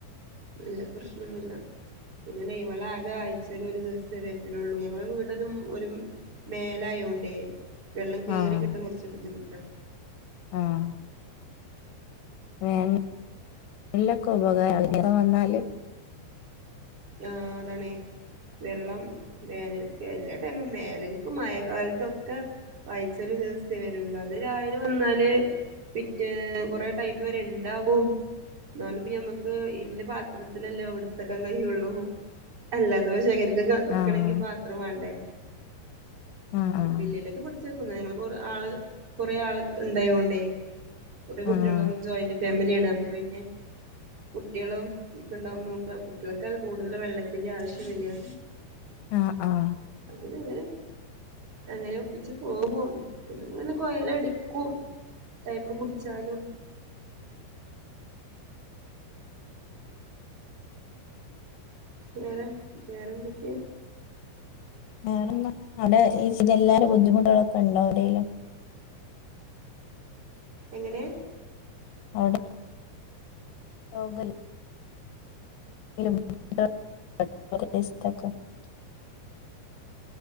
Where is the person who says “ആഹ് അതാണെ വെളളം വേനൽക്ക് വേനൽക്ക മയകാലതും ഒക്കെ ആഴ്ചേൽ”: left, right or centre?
Right